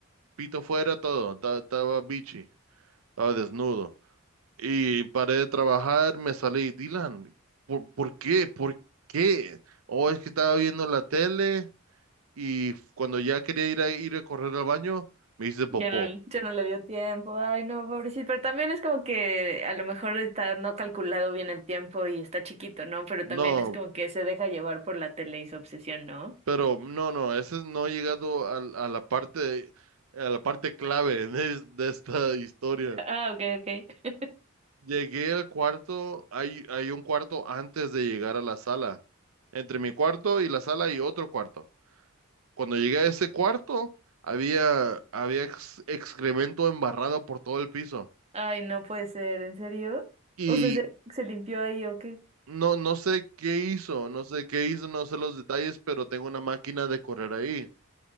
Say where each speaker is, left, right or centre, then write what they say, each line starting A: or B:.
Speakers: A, on the right; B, on the right.
A: pito fuera todo. ta- Estaba bichi. Estaba desnudo. Y paré de trabajar, me salí. Dylan, ¿por, por qué? ¿Por qué? Oh, es que estaba viendo la tele y cuando ya quería ir a, ir a correr al baño, me hice popó.
B: Ya no, Ya no le dio tiempo. Ay, no, pobrecito. Pero también es como que a lo mejor está no calculado bien el tiempo y está chiquito, ¿no? Pero
A: No,
B: también es como que se deja llevar por la tele y su obsesión, ¿no?
A: Pero no, no, ese no ha llegado al- a, la parte, a la parte clave de, es- de esta historia.
B: Ah, ok, ok.
A: Llegué al cuarto, hay, hay un cuarto antes de llegar a la sala. Entre mi cuarto y la sala hay otro cuarto. Cuando llegué a ese cuarto, había, había ex- excremento embarrado por todo el piso.
B: Ay, no puede ser, ¿en serio?
A: Y
B: O sea, ¿se, se limpió ahí o qué?
A: no, no sé qué hizo, no sé qué hizo, no sé los detalles, pero tengo una máquina de correr ahí.